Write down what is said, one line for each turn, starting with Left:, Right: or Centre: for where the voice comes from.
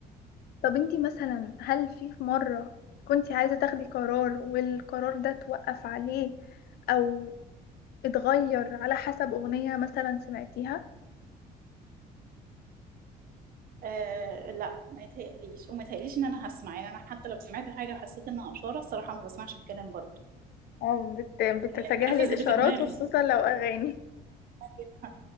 Left: طب انتي مثلا هل في في مرة كنتي عايزة تاخدي قرار والقرار ده توقف عليه أو اتغير على حسب أغنية مثلا سمعتيها؟
Right: آه لا ما يتهيأليش وما يتهيأليش إن أنا هسمع يعني أنا حتى لو سمعت حاجة وحسيت إنها إشارة الصراحة ما بسمعش الكلام برضه
Left: اه بت... بتتجاهلي
Right: يعني بنفذ
Left: الإشارات
Right: اللي في دماغي
Left: وخصوصا لو أغاني
Right: <laughs>